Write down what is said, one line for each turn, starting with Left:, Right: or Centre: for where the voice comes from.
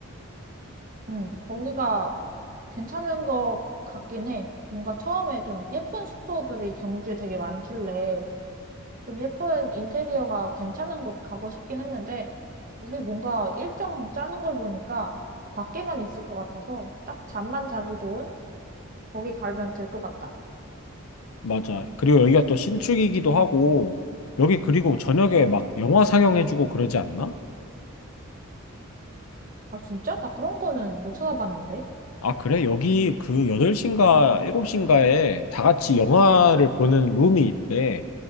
Right: 음, 거기가 괜찮은 것 같긴 해. 뭔가 처음에 좀 예쁜 숙소들이 경주에 되게 많길래 좀 예쁜 인테리어가 괜찮은 곳 가고 싶긴 했는데 우리 뭔가 일정 짜는 걸 보니까 밖에만 있을 것 같아서 딱 잠만 자기 좋은 거기 가면 될 것 같다.
Left: 맞아. 그리고 여기가 또 신축이기도 하고 여기 그리고 저녁에 막 영화 상영해주고 그러지 않나?
Right: 아, 진짜? 나 그런 거는 못 찾아봤는데.
Left: 아, 그래? 여기 그 8시인가 7시인가에 다 같이 영화를 보는 룸이 있대.